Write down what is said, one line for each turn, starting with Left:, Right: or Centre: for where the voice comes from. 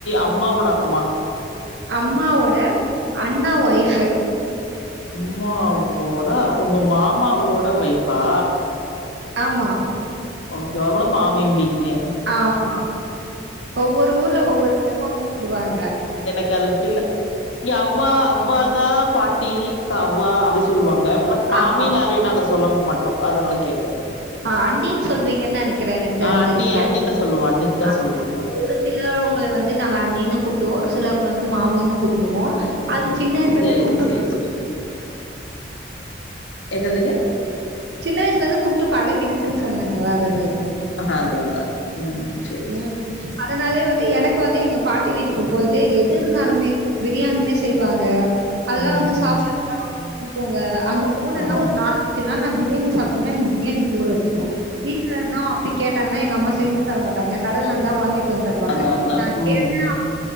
Left: அம்மாவோட அம்மா
Right: அம்மாவோட அண்ணா ஒய்ஃபு
Left: அம்மாவோட உங்க மாமாவோட ஒய்ஃபா
Right: ஆமா
Left: ஓகே அவங்கள மாமிபிங்க
Right: ஆமா ஒவ்வொரு ஊர்ல ஒவ்வொரு விதமா கூப்புடுவாங்க
Left: க்கது புரியல இங்க அவ்வா அவ்வா தா பாட்டி அவ்வா அப்டி சொல்லுவாங்க பட் மாமின்னு
Right: ஆமா
Left: யாரையு நாங்க சொல்ல மாட்டோ அதனால கேட்டே
Right: அ அண்ணின்னு சொல்வீங்கன்னு நெனைக்கிறே எனக்கு
Left: ஆ
Right: தெரிஞ்சு
Left: அண்ணி
Right: நீங்க
Left: அண்ணிதா சொல்லுவோ அண்ணிதா
Right: <unintelligible>
Left: சொல்லுவோ நாங்க
Right: சிலவங்கள வந்து நாங்க அண்ணினு கூப்புடுவோ ஒரு சிலவங்கள வந்து மாமினு கூப்புடுவோ அது சின்ன வயசுலருந்து
Left: சேரி
Right: கூப்ட்டு
Left: சேரி என்னதுங்க
Right: சின்ன வயசுல இருந்து கூப்ட்டு பழகிடுச்சு சொன்னேங்க வேற எதுவு இல்ல
Left: அ அதா அதா ம் சேரி
Right: ம்
Left: சேரி சேரி
Right: அதனாலேயே வந்து எனக்கு வந்து எங்க பாட்டி வீட்டுக்கு போயிட்டு எது இருந்தாலுமே பிரியாணிமே செய்வாங்க அதெல்லா
Left: ம்
Right: வந்து
Left: ம்
Right: சாப்பறதுக்காக குடுப்பாங்க அங்க போனன்னா
Left: ம்
Right: ஒரு நாலஞ்சு நாள் பிரியாணி சாப் சுமன் பிரியாணிக்கி ஊறவச்சுருவோ வீட்ல இருந்தோ அப்டி கேட்டங்கன்னா எங்க அம்மா செஞ்சு தரமாட் டாங்க கடைல இருந்தா வாங்கிட்டு வந்து தருவாங்க
Left: அதா அதா
Right: நா
Left: ம்
Right: கேட்டா
Left: ம்